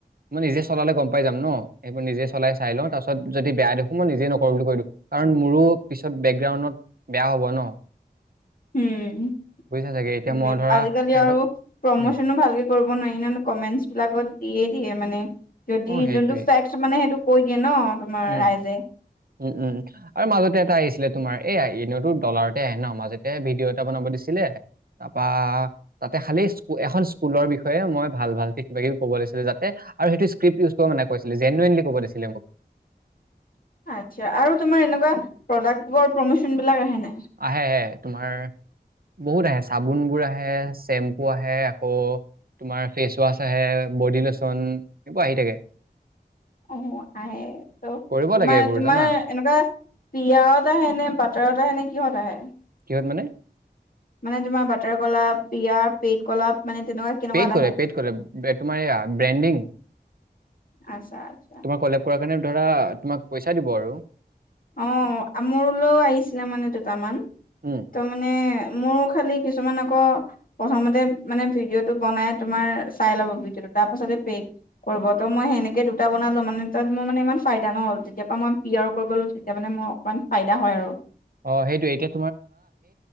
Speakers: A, on the right; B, on the left.
A: মই নিজে চলালে গম পাই যাম ন এইইবোৰ নিজে চলাই চাই লওঁ তাৰপিছ যদি বেয়া দেখো মই নিজে ন কৰো বুলি কৈদিও কাৰণ মোৰো পিছত বেকগ্ৰাউডত বেয়া হ'ব ন
B: উম সেইটোৱে
A: বুজিছা চাগে এতিয়া মই ধৰা
B: আজিকালি
A: সিহঁতক
B: আৰু প্ৰমোচনো
A: উম
B: ভালকে কৰিব নোৱাৰি ন কমেণ্টছ বিলাকত দিয়ে থাকে মানে যদি
A: অ সেইটোৱে
B: জোনটো চেক্স মানে সেইটোৱে কৈ দিয়ে ন তোমাৰ
A: উম
B: ৰাইজে।
A: উম উম আৰু মাজতে এটা আহিছিলে। তোমাৰ এয়া এনেওটো ডলাৰতে আহে ন মাজতে ভিডিঅ' এটা বনাব দিছিলে তাৰপা তাতে খালি এখন স্কুলৰ বিষয়ে মই ভাল ভালকে কিবা কিবি কব লাগিছিলে যাতে আৰু সেইটো স্ক্ৰিপ্ট ইউজ কৰিব মানে কৈছিলে জেনুৱনলি কব দিছিলে মোক।
B: আচ্ছা আৰু তোমাৰ এনেকুৱা প্ৰডাবোৰ প্ৰমোন বিলাক আহে ন
A: আহে আহে তোমাৰ। বহুত আহে চাবোন বোৰ আহে চেম্পু আহে আকৌ তোমাৰ ফেচ ৱাছ আহে, বডি লোচন সেইবোৰ আহি থাকে।
B: অ আহে ত
A: কৰিব
B: তোমাৰ
A: লাগে এইবোৰ
B: তোমাৰ
A: জানা
B: এনেকুৱা পিয়ত আহে নে বাটাৰত আহে নে কিহত আহে?
A: কিহত মানে?
B: মানে তোমাৰ বাটাৰ কলা, পিয়া, পেট কলাপ মানে তেনেকুৱা কেনেকুৱাত
A: পেড কৰে
B: আহে?
A: পেড কৰে তোমাৰ ইয়া ব্ৰেণ্ডিং।
B: আচ্ছা আচ্ছা
A: তোমাৰ কলেব কাৰণে ধৰা তোমাক পইচা দিব আৰু।
B: অ মোৰলৈও আহিছিলে মানে দুটামান।
A: উম
B: ত মানে মোৰ খালি কিছুমান আকৌ ক প্ৰথমতে মানে ভিডিঅ' টো বনাই তোমাৰ চাই লব ভিডিঅ'টো তাৰ পাছতে পেই কৰিব তো মই সেনেকে দুটা বনালো মানে তাত মোৰ মানে ইমান ফাইদা নহ'ল যেতিয়াৰ পৰা মই পি আৰ কৰিব লৈছো। তেতিয়া মানে মোৰ অকণমান ফাইদা হয় আৰু।
A: অ সেইটোৱে এতিয়া